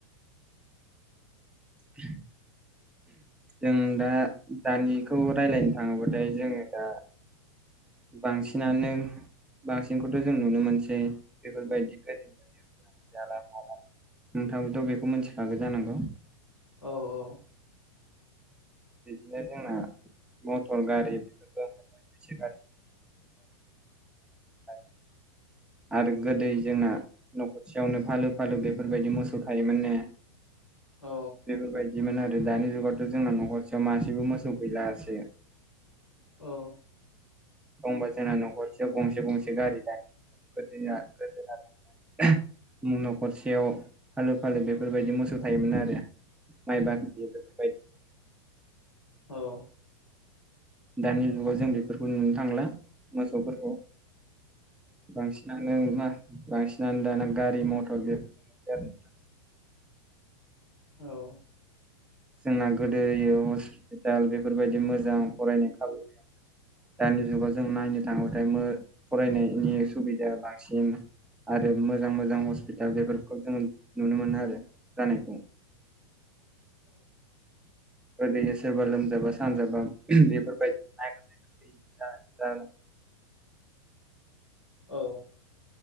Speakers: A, in the centre; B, on the left (about 85°).
A: ह जों दा दानिखौ रायज्लायनो थाङोबाथाय जोङो दा बांसिनानो बांसिनखौथ जों नुनो मोनसै बेफोरबायदि गोदोनि ब जाला माला नोंथाङाबोथ बेखौ मिथिखागौ जानांगौ।
B: औ औ।
A: बिदिनो जोंना मथर गारि बेफोरखौ <inaudible> आरो गोदै जोंना नखरसेयावनो फालो फालो बेफोरबायदि मोसौखायोमोननो।
B: औ
A: बेफोरबायदि बिदिमोन आरो दानि जुगावथ जोंना नखरसेयाव मानसिबो मोसौ गैलासो
B: औ।
A: दंबा जोंना नखरसे गंसे गंसे गारि जायो गोदोना द नखरसेयाव फालो फालो बेफोरबायदि मोसौ थायोमोन आरो। माइ बाख्रि बेफोर बायदि
B: औ।
A: दानि जुगाव जों बेफोरखौ नुनो थांला मोसौफोरखौ बांसिनानो। न मा बांसिनानो दाना गारि मथर बेफोर दं मोनसै आरो नोंथां।
B: औ
A: जोंना गोदोयो हस्पिटाल बेफोरबायदि मोजां फरायनायनि खाबु गैयामोन। दानि जुगाव जों नायनो थाङोब्लाथाय मो फरायनायनि सुबिदाया बांसिन। आरो मोजां मोजां हस्पिटाल बेफोरखौ जोङो नुनो मोनो आरो जानायखौ। <inaudible> गोदोयो सोरबा लोमजाबा सानजाबा बेफोरबायदि नाय बि दा
B: औ।